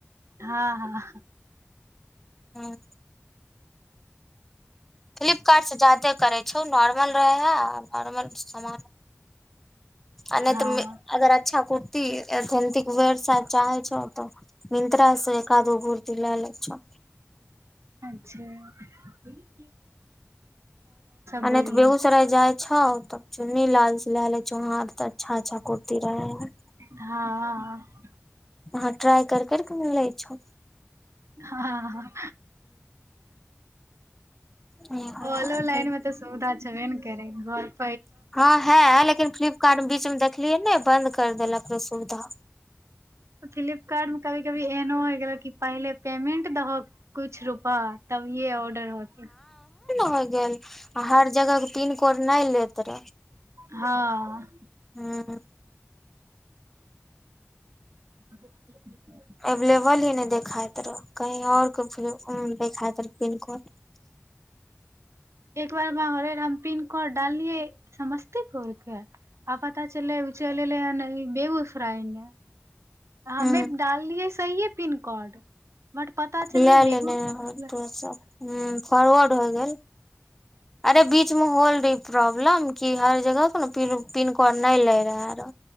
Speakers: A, on the right; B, in the centre.
A: हँ हँ
B: हँ फ्लिपकार्टस जादे कर छै स नर्माल रहै हा आर सान आ नहि
A: हँ
B: तऽ अगर अच्छा कुर्ती जन्त वेर सा चाहै छौ तऽ मिन्त्र्रा से कादो भर्दी लए लै छ
A: अा बोलिये
B: आ तऽ बेगुसराय जाय छा तब चुन्नी लाल से ल चुार तऽ अच्छा अच्छा कती रहै है
A: हँ
B: हँ ्राय कर कर क म ल इ्छ
A: हँ
B: हँ
A: ओलो लैनिन मत सुधाचेन <unintelligible>
B: हँ है लेकिन फ्लिपकार्ट बीचमे देखलियै ने बन्द कर देलक र सुविधा
A: फ्लिपकार्ट मे कभी कभी एहनो होइ गेलऽ कि पहिले पेमेन्ट दहऽ किछु रुपा तब ये ऑर्डर होत
B: <unintelligible> कोना इल तर
A: हँ
B: हँ
A: ह
B: अवलेबल ही नहि देखा ह तर कही आऔर को फ देखायइ र पिननकड
A: एक बार घरे र हम पिन् कऽ डाललियै समस्तीपुर के आफ त चलै चल लै बग खइने हमे
B: ह
A: डाललियै सहिए पिनकोड बर पता
B: लए
A: चलै बेगू
B: लेने
A: मतलब
B: तो सब ह फोरवर्ड हो गेल अरे बीच में होल्ड प्रॉब्लम की हर जगह कोनो पिनकोड नहि लै रहै आरो